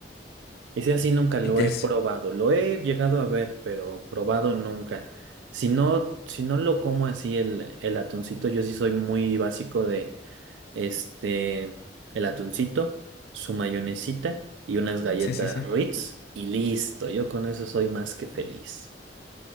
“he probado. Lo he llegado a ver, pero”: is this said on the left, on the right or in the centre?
Right